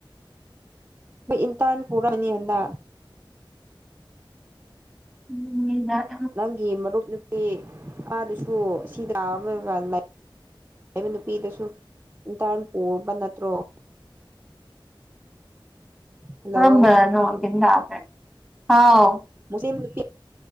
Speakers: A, on the right; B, in the centre.
A: ꯑꯩ ꯏꯟꯇ꯭ꯔꯟ ꯄꯨꯔꯅꯤ ꯍꯟꯗꯛ
B: ꯎꯝ <unintelligible>
A: ꯅꯪꯒꯤ ꯃꯔꯨꯞ ꯅꯨꯄꯤ ꯑꯗꯨꯁꯨ ꯑꯁꯤꯗ ꯑꯃꯒ ꯂꯩ ꯂꯩꯕ ꯅꯨꯄꯤꯗꯨꯁꯨ ꯏꯟꯇ꯭ꯔꯟ ꯄꯨꯕ ꯅꯠꯇ꯭ꯔꯣ <inaudible> ꯍꯜꯂꯣ
B: ꯀꯔꯝꯕꯅꯅꯣ ꯒꯤꯟ ꯇꯥꯗ꯭ꯔꯦ ꯍꯥꯎ
A: ꯃꯨꯁꯂꯤꯝ ꯅꯨꯄꯤ